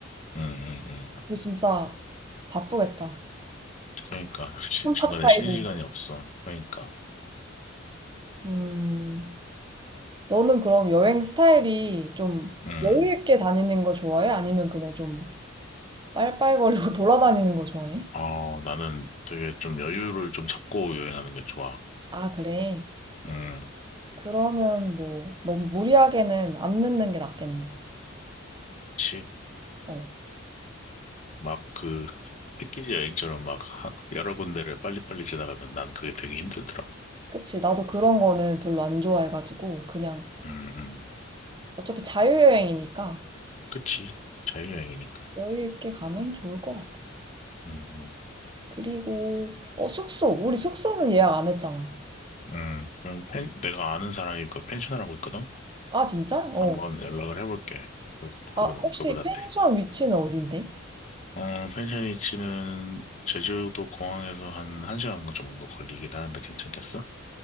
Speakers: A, on the left; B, on the right.
A: 응, 응, 응.
B: 우리 진짜 바쁘겠다.
A: 그러니까, 시-
B: 컴팍
A: 중간에
B: 타이즈인데
A: 쉬는 시간이 없어. 그러니까.
B: 음, 너는 그럼 여행 스타일이 좀
A: 응
B: 여유 있게 다니는 거 좋아해? 아니면 그냥 좀 빨빨거리고 <laughs> 돌아다니는 거 좋아해?
A: 어, 나는 되게 좀 여유를 좀 잡고 여행하는 게 좋아.
B: 아, 그래.
A: 음,
B: 그러면 뭐 너무 무리하게는 안 늦는 게 낫겠네.
A: 그치?
B: 어,
A: 막 그, 패키지 여행처럼 막 하- 여러 군데를 빨리빨리 지나가면 난 그게 되게 힘들더라고.
B: 그치. 나도 그런 거는 별로 안 좋아해가지고 그냥
A: 음, 음.
B: 어차피 자유여행이니까
A: 그치? 자유여행이니까.
B: 여유 있게 가면 좋을 것 같아.
A: 음,
B: 그리고 어 숙소 우리 숙소는 예약 안 했잖아.
A: 음. 음, 그럼 펜, 내가 아는 사람이 그 펜션을 하고 있거든?
B: 아 진짜? 어.
A: 한번 연락을 해볼게. 그, 그분,
B: 아 혹시
A: 그분한테.
B: 펜션 위치는 어딘데?
A: 어, 펜션 위치는 제주도 공항에서 한 1시간 정도 걸리긴 하는데 괜찮겠어?